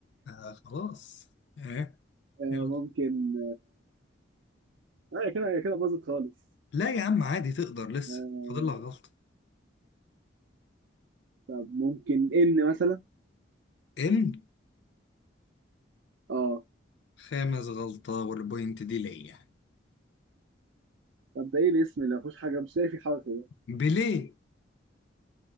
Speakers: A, on the left; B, on the right.
A: آه خلاص ايه
B: آه
A: يلا
B: ممكن اه آه، هي كده هي كده باظت خالص
A: لا يا عم عادي تقدر لسه
B: آه
A: فاضل لك غلطة
B: طب ممكن ان مثلا
A: ان
B: اه
A: خامس غلطة والبوينت دي ليا
B: طب ده ايه الاسم اللي ما فيهوش حاجه مش لاقي فيه حرف ده
A: بليه